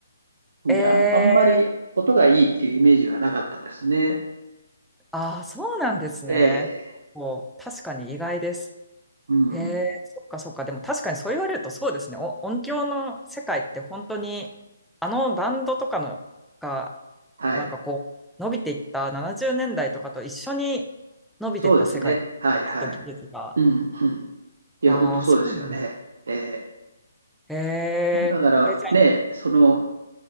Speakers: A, on the right (about 65°); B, in the centre.
A: で、
B: ええ
A: あん、あんまり音がいいっていうイメージはなかったですね。
B: ああ、そうなんですね。
A: ええ、
B: こう、確かに意外です。
A: うん。
B: へえ、そっかそっか。でも確かにそう言われるとそうですね。お音響の世界って本当に、あのバンドとかのが、
A: はい。
B: なんかこう、伸びていった70年代とかと一緒に伸びていった世界ですね。
A: そうですね。はいはい。
B: きっと技術が。
A: うんうん。いや、
B: わあ、
A: 本当そうですよね。
B: そうなんです。
A: ええ。
B: へえ。
A: だからね、
B: え、じゃ
A: その